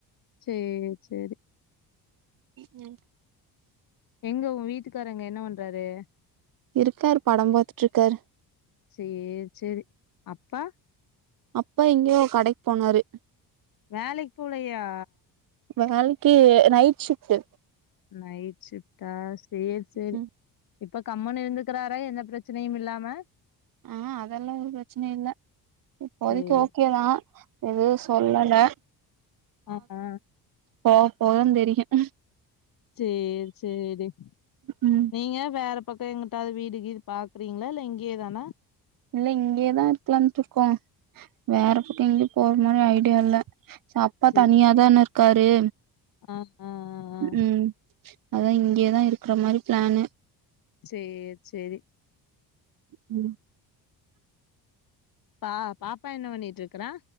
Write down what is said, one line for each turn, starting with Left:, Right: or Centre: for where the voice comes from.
Left: சேரி சேரி
Right: ம்
Left: எங்க உங்க வீட்டுக்கார் அங்க என்ன பண்றாரு
Right: இருக்காரு படம் பாத்துட்டுருக்காரு
Left: சேரி சேரி‌ அப்பா
Right: அப்பா எங்கியோ கடைக்கு போனாரு
Left: வேலைக்கு போலயா
Right: வேலைக்கு நைட் ஷிஃப்ட்
Left: நைட் ஷிஃப்ட்டா சேரி சேரி
Right: ம்
Left: இப்ப கம்முனு இருந்துக்கறாரா எந்த பிரச்சனையும் இல்லாம
Right: ஆ அதெல்லாம் ஒரு பிரச்சனையும் இல்ல இப்போதைக்கு
Left: சேரி
Right: ஓகேதான் எதும் சொல்லல
Left: ஆஆ
Right: போபோதா தெரியும்
Left: சேரி சேரிடி
Right: ம்
Left: நீங்க வேற பக்கம் எங்குட்டாவது வீடு கிடு பாக்குறீங்கள இல்ல இங்கியேதானா
Right: இல்ல இங்கயேதான் இருக்கலானுட்டுருக்கோம் வேற பக்கம் எங்கயும் போற மாறி ஐடியா இல்ல அப்பா
Left: சேரி
Right: தனியாதான இருக்காரு
Left: ஆ ஆ ஆ ஆ.
Right: ம் அதான் இங்கேயேதான் இருக்கற மாதிரி பிளான்னு
Left: சேர் சேரி
Right: ம்
Left: பா பாப்பா என்ன பண்ணிட்டு இருக்குற